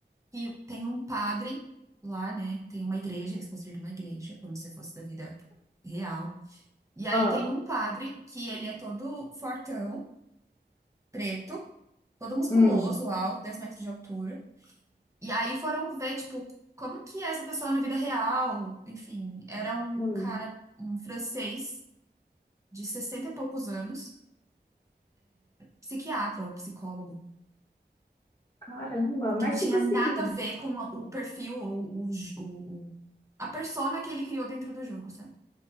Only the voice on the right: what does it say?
que tem um padre lá, né? Tem uma igreja, eles construíram uma igreja, como se fosse da vida real. E aí
tem um padre que ele é todo fortão, preto, todo musculoso,
alto, 10 metros de altura. E aí foram ver, tipo, como que é essa pessoa na vida real? Enfim, era um
cara, um francês de 60 e poucos anos. psiquiatra ou psicólogo,
que não tinha
nada a ver com a- o perfil ou o, j- o- o- a persona que ele criou dentro do jogo, sabe?